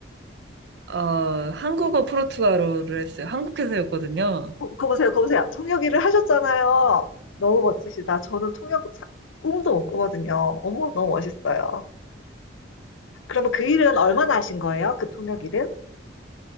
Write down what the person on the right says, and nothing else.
어, 한국어 프로투아로를 했어요. 한국 회사였거든요.